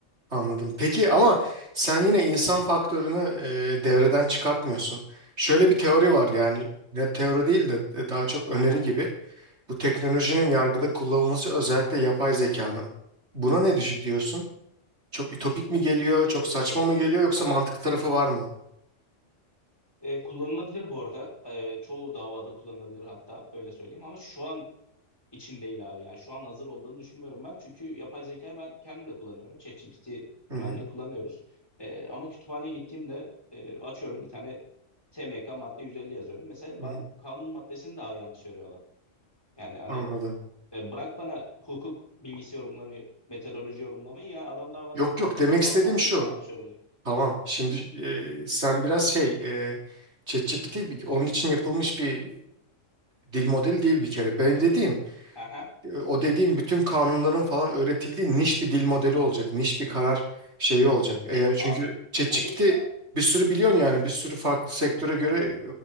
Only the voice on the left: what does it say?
Aha.
E,
bana
E, kullanılabilir bu arada. E, çoğu davada kullanılabilir hatta öyle söyleyeyim. Ama şu an için değil abi. Yani şu an hazır olduğunu düşünmüyorum ben. Çünkü yapay zekayı ben kendim de kullanıyorum. ChatGPT
bilmem
ne kullanıyoruz. E, ama kütüphaneye gittiğimde e, açıyorum bir tane TMK madde 150 yazıyorum. Mesela
bana
kanun maddesini daha yanlış veriyor adam. Yani hani
e, bırak bana hukuk bilgisi yorumlamayı, metodoloji yorumlamayı ya adam daha bana
kanun
maddesini
yanlış yorumluyor.
Hı hı.
Abi
olursa